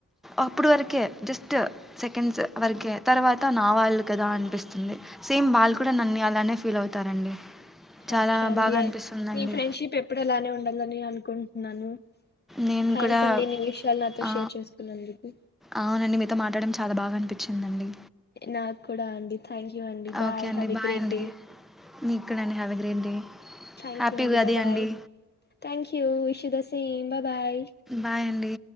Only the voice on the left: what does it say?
ఓకే అండి
మీ ఫ్రెండ్షిప్ ఎప్పుడు అలానే ఉండాలని అనుకుంటున్నాను
థ్యాంక్స్
అండి నీ విషయాలు నాతో
షేర్ చేసుకున్నాదుకు
నాకు కూడా అండి థ్యాంక్ యూ అండి బాయ్
హ్యావ్ ఎ great
day
thank
you
bye bye
thank you విశుధ same bye-bye